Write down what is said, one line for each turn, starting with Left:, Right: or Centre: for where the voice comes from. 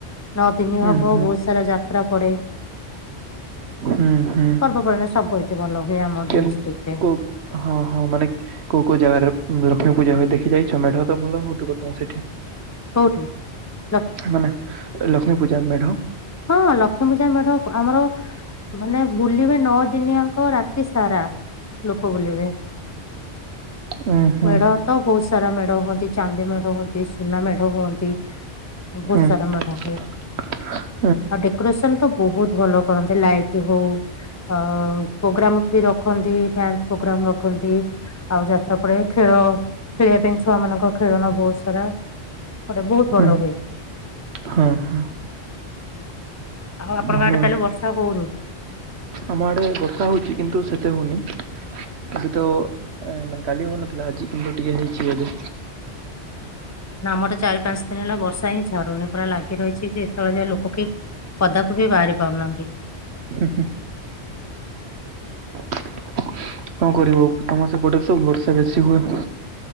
Left: ନଅ ଦିନ
Right: ହୁଁ
Left: ହବ
Right: ହୁଁ
Left: ବହୁତ ସାରା ଯାତ୍ରା ପଡେ।
Right: ହୁଁ ହୁଁ
Left: ପର୍ବପର୍ବାଣା ସବୁଠି ଭଲ ହୁଏ ଆମ
Right: କେମ-
Left: ଡିଷ୍ଟ୍ରିକ ରେ।
Right: କୋଉ ହଁ ହଁ ମାନେ କୋଉ କୋଉ ଜାଗାରେ ଲକ୍ଷ୍ମୀ ପୂଜା ହୁ ଦେଖି ଯାଇଛ? ମେଢ ତ ଭଲ ହଉଥିବ ତମ ସେଠି।
Left: ହଉଠି ରଖ
Right: ମାନେ ଲକ୍ଷ୍ମୀ ପୂଜା ମେଢଉ
Left: ହଁ ଲକ୍ଷ୍ମୀ ପୂଜା ମେଢ ଆମର ମାନେ ବୁଲିବେ ନଅ ଦିନିଆଙ୍କ ରାତି ସାରା। ଲୋକ ବୁଲିବେ,
Right: ଉଁ ହୁଁ
Left: ମେଡ ତ ବହୁତ ସାରା ମେଢ ହୁଅନ୍ତି, ଚାନ୍ଦି ମେଢ ହୁଅନ୍ତି ସୁନା ମେଢ଼ ହୁଅନ୍ତି। ବହୁତ
Right: ହୁଁ
Left: ସାରା ମେଢ଼ ହୁଏ।
Right: <inaudible>
Left: ଆଉ ଡେକୋରେସନ ତ ବହୁତ ଭଲ କରନ୍ତି, ଲାଇଟ ହଉ ଅ ପ୍ରୋଗ୍ରାମ ବି ରଖନ୍ତି ଡ୍ୟାନ୍ସ ପ୍ରୋଗ୍ରାମ ରଖନ୍ତି। ଆଉ ଯାତ୍ରା ପଡେ ଖେଳ ଖେଳିବା ପାଇଁ ଛୁଆ ମାନଙ୍କ ଖେଳନ ବହୁତ ସାରା। ମଟ ବହୁତ
Right: ହୁଁ
Left: ଭଲ ହୁଏ।
Right: ହଁ ହଁ।
Left: ଆଉ ଆପଣଙ୍କ
Right: ଭଲ
Left: ଆଡେ ତାହେଲେ ବର୍ଷା ହଉନି?
Right: ଆମ ଆଡେ ବର୍ଷା ହଉଛି କିନ୍ତୁ ସେତେ ହଉନି ଏବେ ତ ଏ ମାନେ କାଲି ହଉନଥିଲା ଆଜି କିନ୍ତୁ ଟିକେ ହେଇଛି ଏବେ।
Left: ଆମର ତ ଚାରି ପାଞ୍ଚ ଦିନ ହେଲା ବର୍ଷା ହିଁ ଛାଡୁନି। ପୁରା ଲାଗିରହିଛି ଯେ ଏତେବେଳେ ଯାଏ ଲୋକ କି ପଦାକୁ ବି ବାହାରି ପାରୁନାହାନ୍ତି।
Right: ହୁଁ। କଣ କରିବ ତମ ସେପଟେ ସବୁ ବର୍ଷା ବେଶୀ ହୁଏ?